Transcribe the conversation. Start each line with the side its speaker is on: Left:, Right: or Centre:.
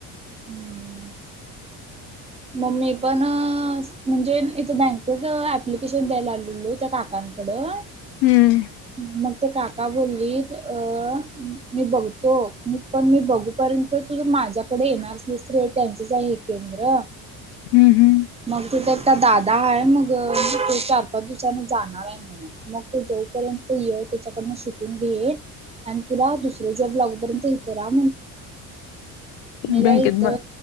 Right: हम्म. मग मी पण म्हणजे इथे बँकच ऍप्लिकेशन द्यायला आलेलो त्या काकांकडं.
Left: हम्म.
Right: मग ते काका बोललीत अ मी बघतो पण मी बघूपर्यंत तुझ माझ्याकडे येणार असलीस तर ये. त्यांचच आहे केंद्र.
Left: हम्म हम्म.
Right: मग तिथे दादा आहे मग तो चार, पाच दिवसान जाणार आहे म्हण, मग तो जाऊ पर्यंत ये त्याच्याकडन शिकून घे ये आणि तुला दुसर जॉब लागू पर्यंत इथं राहा. मी का
Left: बँकेत
Right: इथ
Left: बघ